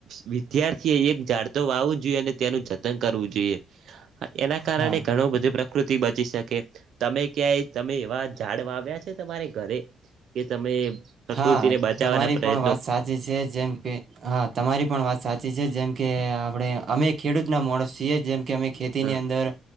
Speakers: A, on the right; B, on the right.
A: વિદ્યાર્થી એ એક જઝતો વાવું જોઈએ અને તેનું જતન કરવું જોઈએ. એના કારણે
B: હા
A: ઘણું બધું પ્રકૃતિ બચી શકે, તમે ક્યાંય તમે એવા ઝાડ વાવ્યા છે તમારે ઘરે કે તમે પ્રકૃતિને
B: હા
A: બચાવવાના
B: તમારી
A: પ્રયત્ન
B: પણ વાત સાચી છે જેમ કે હા તમારી પણ વાત સાચી છે જેમ કે ને આપણે અમે ખેડૂત ના માણસ છીએ જેમ કે અમે ખેતીની
A: હા
B: અંદર